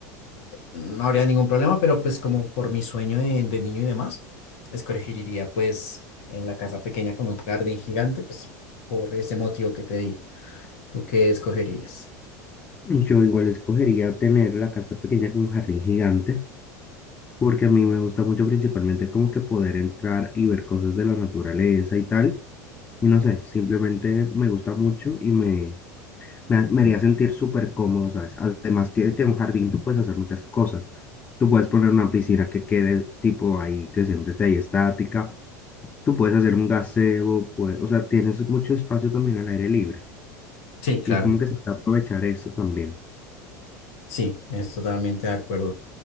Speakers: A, on the left; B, on the left.
A: no habría ningún problema, pero pues como por mi sueño de, de niño y demás, escogería pues en la casa pequeña con un jardín gigante, pues por ese motivo que te di. ¿Tú qué escogerías?
B: Yo igual escogería tener la casa pequeña con un jardín gigante porque a mí me gusta mucho principalmente como que poder entrar y ver cosas de la naturaleza y tal. Y no sé, simplemente me gusta mucho y me, me, ha- me haría sentir súper cómodo, ¿sabes? Además que, que en un jardín tú puedes hacer muchas cosas. Tú puedes poner una piscina que quede tipo ahí, que siempre esté ahí estática. Tú puedes hacer un gazebo, pues, o sea, tienes mucho espacio también al aire libre.
A: Sí, claro.
B: Y es como que se puede aprovechar eso también.
A: Sí, es totalmente de acuerdo.